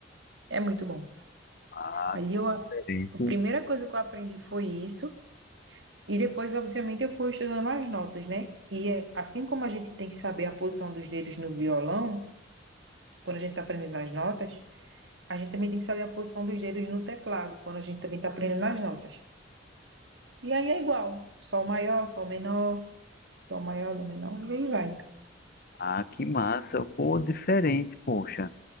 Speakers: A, on the right; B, on the left.
A: É muito bom.
B: Ah,
A: Aí, eu, a
B: diferente.
A: primeira coisa que eu aprendi foi isso. E depois, obviamente, eu fui estudando as notas, né? E é, assim como a gente tem que saber a posição dos dedos no violão, quando a gente está aprendendo as notas, a gente também tem que saber a posição dos dedos no teclado, quando a gente também está aprendendo as notas. E aí é igual, sol maior, sol menor, dó maior, dó menor, e aí vai.
B: Ah, que massa. Pô, diferente, poxa.